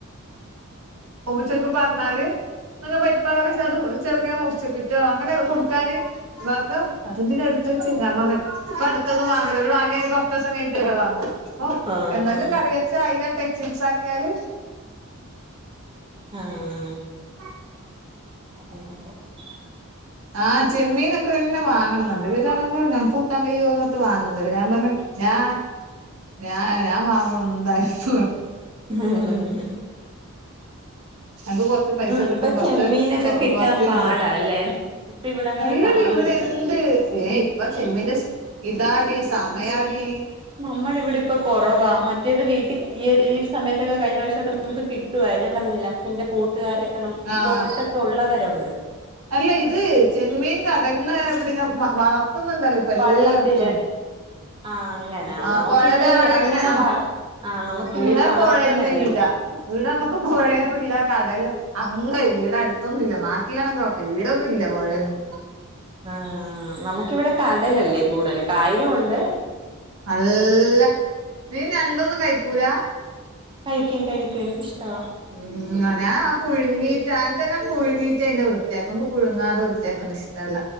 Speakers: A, on the right; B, on the right.
A: ഉം ചിലപ്പോ പറഞ്ഞാല് <unintelligible> അത് ചെറുങ്ങനെ മുറിച്ചിട്ടിറ്റോ അങ്ങനെ കൊടുക്കാന് ബാപ്പാറഞ്ഞ് അതെന്തിനാ എടുത്ത് വെച്ച്? ഞാൻ പറഞ്ഞ് ഇപ്പ അടുത്തൊന്നും വാങ്ങൂല്ല അത് വാങ്ങിഴിഞ്ഞ്ട്ടാ കുറച്ചൂസം കഴിഞ്ഞട്ട് വടേ വാങ്ങും അപ്പ
B: ആഹ്
A: എന്തെങ്കിലും കറി വെച്ചാ അതിനെ ടെച്ചിൻസ് ആക്കിയാല്
B: ആഹ്.
A: പാ
B: പോവുന്നില്ല
A: ആഹ് ചെമ്മീനോക്ക്ന്നെ വാങ്ങണംന്ന്ണ്ട്. ഇതാണെങ്ക് ഞങ്ങക്ക് <unintelligible> വയ്യ പറഞ്ഞിട്ട് വാങ്ങുന്നത്. ഞാൻ പറഞ്ഞ് ഞാ
B: ആഹ്
A: ഞാൻ ഞാൻ വാങ്ങു എന്തായാലുന്ന് പറഞ്ഞു
B: ഉം ഹെ ഹെ.
A: അനക്ക് കൊ പൈസ
B: ഉം
A: കിട്ടും
B: ഇപ്പൊ
A: കൊറച്ച്
B: ചെമ്മീനൊക്കെ കിട്ടാൻ
A: കുറച്ച്ട്ടെ
B: പാടാ അല്ലേ ഇപ്പൊ ഇവിടെ അങ്ങനെ
A: അല്ലടി
B: കാണുന്നില്ല
A: ഇവിടെ ഇണ്ട് ഏഹ് ഇപ്പോ ചെമ്മീന്റെ സ് ഇതാടി സമയാടി.
B: നമ്മടെ ഇവിടെ ഇപ്പ കൊറവാ മ മറ്റത് വീട്ടിൽ ഈയൊരു ഈ ഒരു സമയത്തൊക്കെ കഴിഞ്ഞ പ്രവിശ്യം ഒക്കെ നമുക്ക് കിട്ടുവാ ഞാൻ പറഞ്ഞില്ലേ ഹസ്ബൻന്റെ കൂട്ട് വീട്ടുകാരൊക്കണം
A: ആഹ്
B: ബോട്ടൊക്കെ ഉള്ളവരുണ്ട്.
A: അല്ല ഇത് ചെമ്മീൻ കടൽന്ന് പിടിക്കണ വളർത്ത്ന്ന്ണ്ടല്ലോ ഇപ്പോ എല്ലടത്തും.
B: വള്ളത്തില് ആഹ് അങ്ങനാ
A: ആഹ്
B: നമുക്കിവിടെ
A: പൊഴടെ അവിടെ
B: ഈ
A: അങ്ങനെ ആഹ്
B: വ ആഹ് നമുക്കിങ്ങനെ
A: ഇവിടെ
B: വളർത്തുന്നല്ലല്ലോ
A: പൊഴയൊന്നും ഇല്ല. ഇവിടമ്മക്ക് പൊഴേമില്ല കടലും അങ്ങ്ള്ള ഇവിടെ അടുത്തൊന്നും ഇല്ല. നാട്ടിലാണങ്ക് ഓക്കെ. ഇവിടൊന്നും ഇല്ല പൊഴയൊന്നും.
B: ആഹ് നമുക്കിവിടെ കടലല്ലേ കൂടുതല് കായലും ഒണ്ട്.
A: ആഹ് നീ ഞണ്ടൊന്നും കയിക്കൂല?
B: കഴിക്കും കഴിക്കും എനിക്ക് ഇഷ്ടവാ.
A: ഉം ഞാൻ ആ പുഴുങ്ങീട്ട് അനക്ക് ഞാൻ പുഴുങ്ങീട്ട് ആയിനേ വൃത്തിയാക്കും. അനക്ക് പുഴുങ്ങാതെ വൃത്തിയാക്ക ക്കൊന്നുഷ്ടല്ല.